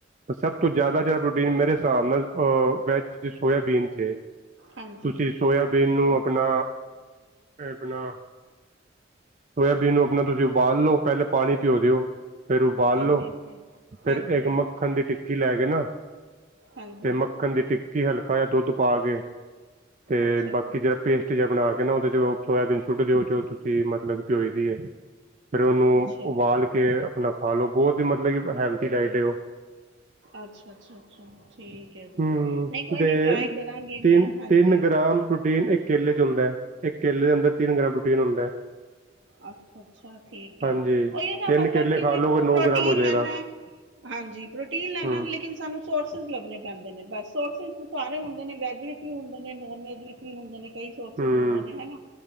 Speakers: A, on the right; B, on the right.
A: ਸਭ ਤੋਂ ਜ਼ਿਆਦਾ ਜਿੜਾ ਪ੍ਰੋਟੀਨ ਮੇਰੇ ਹਿਸਾਬ ਨਾਲ ਅ ਵੈਜ ਜਾ ਸੋਇਆਬੀਨ ਚ'
B: ਹਾਂਜੀ
A: ਤੁਸੀਂ ਸੋਇਆਬੀਨ ਨੂੰ ਆਪਣਾ, ਆਪਣਾ ਸੋਇਆਬੀਨ ਨੂੰ ਆਪਣਾ ਤੁਸੀਂ ਉਬਾਲ ਲਓ। ਪਹਿਲੇ ਪਾਣੀ ਪਿਓ ਦਿਓ। ਫਿਰ ਉਬਾਲ
B: ਹਾਂਜੀ
A: ਲਓ।
B: ਹਾਂਜੀ
A: ਫਿਰ
B: ਹਾਂਜੀ
A: ਇੱਕ ਮੱਖਣ ਦੀ ਟਿੱਕੀ ਲੈ ਕੇ ਨਾ
B: ਹਾਂਜੀ
A: ਤੇ ਮ ਮੱਖਣ ਦੀ ਟਿੱਕੀ ਹਲਕਾ ਜਿਹਾ ਦੁੱਧ ਪਾ ਕੇ ਤੇ
B: ਅੱਛਾ
A: ਬਾਕੀ
B: ਜੀ
A: ਜਿਹੜਾ ਪੇਸਟ ਜਿਹਾ ਬਣਾ ਕੇ ਪਹਿਲਾਂ ਉਹਦੇ ਚ ਸੋਇਆਬੀਨ ਸੁੱਟ ਦਿਓ। ਜੋ ਤੁਸੀਂ ਮਤਲਬ ਭਿਓਈ ਦੀ ਐ। ਫਿਰ ਉਹਨੂੰ
B: ਅੱਛਾ
A: ਉਬਾਲ ਕੇ ਕੇ ਆਪਣਾ ਖਾ ਲੋ ਬਹੁਤ ਮਤਲਬ ਹੈਲਥੀ ਡਾਇਟ ਏ ਉਹ
B: ਅੱਛਾ-ਅੱਛਾ-ਅੱਛਾ, ਠੀਕ! ਹੈ ਜੀ
A: ਹੰ,
B: ਨਹੀਂ ਕੋਈ
A: ਦੇ
B: ਨਹੀਂ ਟਰਾਈ ਕਰਾਂਗੀ
A: ਤਿੰਨ-ਤਿੰਨ
B: ਮੈਂ ਹਾਂਜੀ
A: ਗ੍ਰਾਮ ਪ੍ਰੋਟੀਨ ਇੱਕ ਕੇਲੇ ਚ ਹੁੰਦੈ। ਇੱਕ ਕੇਲੇ ਦੇ ਅੰਦਰ ਤਿੰਨ ਗ੍ਰਾਮ ਪ੍ਰੋਟੀਨ ਹੁੰਦੈ।
B: ਅੱਛਾ-ਅੱਛਾ, ਠੀਕ
A: ਹਾਂਜੀ
B: ਐ। ਉਹੀਓ ਨਾ
A: ਤਿੰਨ
B: ਮਤਲਬ
A: ਕੇਲੇ
B: ਕਿ
A: ਖਾ
B: ਦੇਖੋ
A: ਲੋਗੇ ਨੌ
B: ਪ੍ਰੋਟੀਨ
A: ਗ੍ਰਾਮ ਹੋ ਜਾਏਗਾ।
B: ਲੈਨੈ ਹਾਂਜੀ! ਪ੍ਰੋਟੀਨ ਲੈਨੈ,
A: ਹੂੰ
B: ਲੇਕਿਨ ਸਾਨੂੰ ਸੋਰਸਿਸ ਲੱਭਣੇ ਪੈਂਦੇ ਨੇ। ਬਸ ਸੋਰਸਿਸ ਸਾਰੇ ਹੁੰਦੇ ਨੇ, ਵੈੱਜ ਵਿੱਚ ਵੀ ਹੁੰਦੇ ਨੇ, ਨੋਨ ਵੈੱਜ ਵਿੱਚ ਵੀ ਹੁੰਦੇ ਨੇ। ਕਈ ਸੋਰਸਿਜ
A: ਹੂੰ
B: ਹੁੰਦੇ ਨੇ ਹਨਾ।